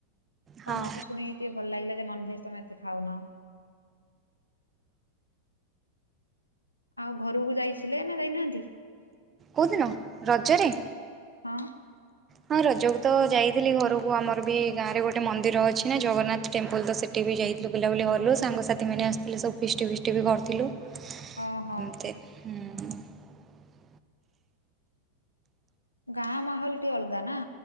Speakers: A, on the right (about 25°); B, on the left (about 85°).
A: ହଁ
B: ତମଠୁ ଶୁଣି ଟିକେ ଭଲ ଲାଗିଲା ଯେ ନନଭେଜ୍ ତମେ ଏତେ ଖାଉନ। ଆଉ ଘରକୁ ଯାଇ ସିଲେଇ ନା ଯାଇନାହାନ୍ତି?
A: କଉଦିନ ରଜରେ?
B: ହଁ।
A: ହଁ ରଜକୁ ତ ଯାଇଥିଲି ଘରକୁ ଆମର ବି ଗାଁ ରେ ଗୋଟେ ମନ୍ଦିର ଅଛି ନା ଜଗନ୍ନାଥ ଟେମ୍ପଲ ତ ସେ ଏବେ ଯାଇଥିଲୁ ବୁଲାବୁଲି କଲୁ ସାଙ୍ଗସାଥି ମାନେ ଆସିଥିଲେ ସବୁ ଫିଷ୍ଟି ଫିଷ୍ଟି ବି କରିଥିଲୁ।
B: ହଁ ହଁ।
A: ଏମିତି ହୁଁ।
B: ଗାଁ ମାହଲଟି ଅଲଗା ନା?